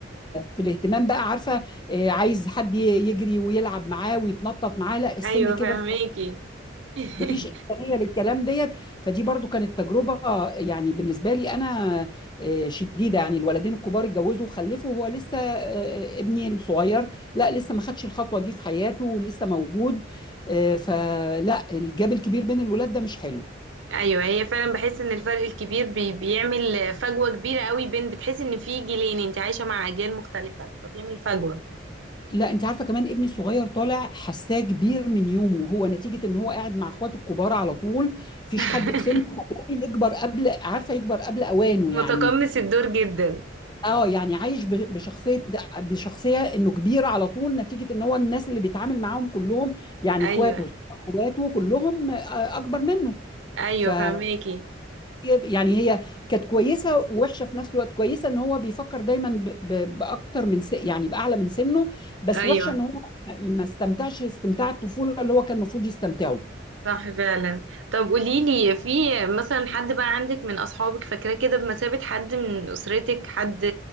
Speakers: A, on the left; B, on the right.
A: في الاهتمام بقى عارفه آه، عايز حد ي- يجري ويلعب معاه ويتنطط معاه لا
B: <laughs>
A: السن
B: ايوه
A: كبر
B: فاهميكي <laughs>
A: مفيش إمكانية للكلام ديت فدي برضو كانت تجربة يعني بالنسبة لي أنا آه، شديدة يعني الولدين الكبار اتجوزوا وخلفوا وهو لسه آه، ابني الصغير لا لسه ما خدش الخطوة دي في حياته ولسه موجود آه، فلا الجاب الكبير بين الولاد ده مش حلو
B: ايوه هي فعلا بحس ان الفرق الكبير بي بيعمل فجوه كبيره قوي بين بتحس ان في جيلين انت عايشه مع اجيال مختلفه فبيعمل فجوه
A: لا انت عارفه كمان ابني الصغير طالع حساه كبير من يومه هو نتيجه ان هو قاعد مع اخواته الكبار على طول مفيش
B: <laughs>
A: حد في سنه خلاه يكبر قبل عارفه يكبر قبل اوانه
B: متقمص
A: يعني
B: الدور جدا
A: اه يعني عايش ب- بشخصيه بشخصيه انه كبير على طول نتيجه ان هو الناس اللي بيتعامل معاهم كلهم يعني
B: ايوه
A: اخواته اخواته كلهم آه، اكبر منه
B: ايوه
A: فدي
B: فهماكي
A: يعني هي كانت كويسه ووحشه في نفس الوقت كويسه ان هو بيفكر دايما ب- ب- باكتر من س... يعني باعلى من سنه بس
B: ايوه
A: وحشه ان هو ما استمتعش استمتاع الطفوله اللي هو كان المفروض يستمتعه
B: صح فعلا طب قولي لي في مثلا حد بقى عندك من اصحابك فاكراه كده بمثابه حد من اسرتك حد